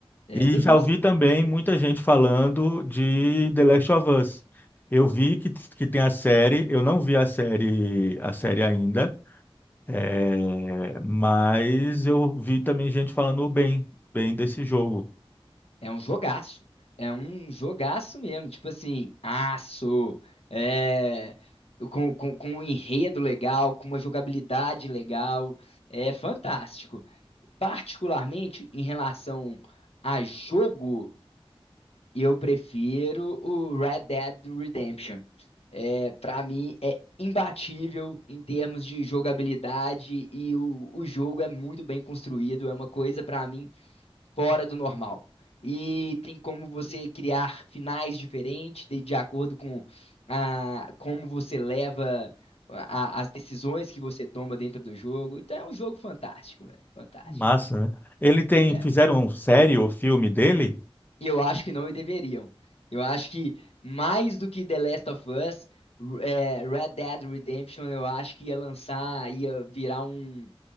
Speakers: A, on the left (about 85°); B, on the left (about 20°).
A: É
B: E
A: delícia.
B: já ouvi também muita gente falando de The Last of Us. Eu vi que, que tem a série, eu não vi a série a série ainda. É, mas eu vi também gente falando bem, bem desse jogo.
A: É um jogaço. É um jogaço mesmo. Tipo assim, aço, é, com, com, com um enredo legal, com uma jogabilidade legal. É fantástico. Particularmente em relação a jogo, eu prefiro o Red Dead Redemption. É, para mim, é imbatível em termos de jogabilidade e o, o jogo é muito bem construído. É uma coisa, para mim fora do normal. E tem como você criar finais diferentes de, de acordo com a, como você leva a- as decisões que você toma dentro do jogo. Então é um jogo fantástico, velho. Fantástico.
B: Massa, né? Ele tem,
A: É.
B: fizeram série ou filme dele?
A: E eu acho que não deveriam. Eu acho que mais do que The Last of Us, é, Red Dead Redemption, eu acho que ia lançar, ia virar um